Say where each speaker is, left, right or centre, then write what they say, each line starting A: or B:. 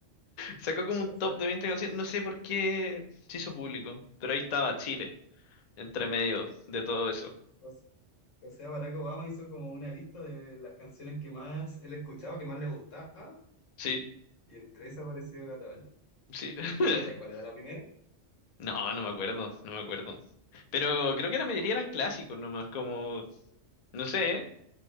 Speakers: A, on the left; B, on the left.
A: Sacó como un
B: O
A: top
B: sea,
A: de 20 canciones, no sé por qué se hizo público, pero ahí estaba Chile, entre medio de todo eso.
B: o s- o sea, Barack Obama hizo como una lista de las canciones que más él escuchaba, que más le gustaba,
A: Sí,
B: y entre esas apareció Gatabaldi.
A: sí. <laughs>
B: ¿Y te acordáis cuál era la primera?
A: No, no me acuerdo, no me acuerdo. Pero creo que la mayoría eran clásicos nomás, como, no sé, ¿eh?